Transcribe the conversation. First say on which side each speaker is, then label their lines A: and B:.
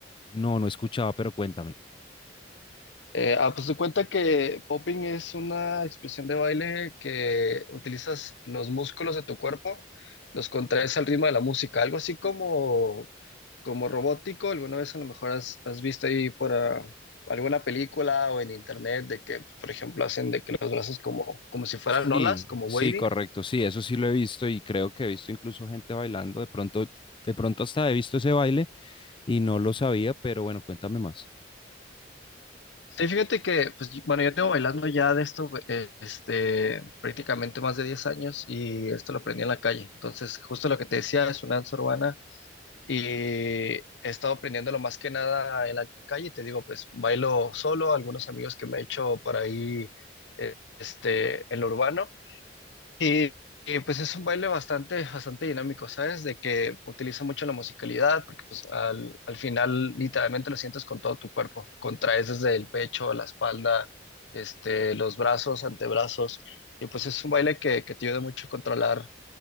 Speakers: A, on the left; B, on the left.
A: No, no escuchaba, pero cuéntame.
B: Eh, ah, pues te cuenta que popping es una expresión de baile que utilizas los músculos de tu cuerpo, los contraes al ritmo de la música, algo así como como robótico, alguna vez a lo mejor has, has visto ahí por ah, alguna película o en internet de que, por ejemplo, hacen de que los brazos como, como si fueran
A: Sí,
B: olas, como
A: sí,
B: wavy.
A: correcto, sí, eso sí lo he visto y creo que he visto incluso gente bailando, de pronto, de pronto hasta he visto ese baile y no lo sabía, pero bueno, cuéntame más.
B: Sí, fíjate que, pues, yo- bueno, yo tengo bailando ya de esto, eh, este, prácticamente más de 10 años y esto lo aprendí en la calle. Entonces, justo lo que te decía es una danza urbana y he estado aprendiéndolo más que nada en la calle. Te digo, pues, bailo solo, algunos amigos que me he hecho por ahí, eh, este, en lo urbano Y, y, pues es un baile bastante, bastante dinámico, ¿sabes? De que utiliza mucho la musicalidad, porque pues al, al final literalmente lo sientes con todo tu cuerpo, contraes desde el pecho, la espalda, este, los brazos, antebrazos, y pues es un baile que, que te ayuda mucho a controlar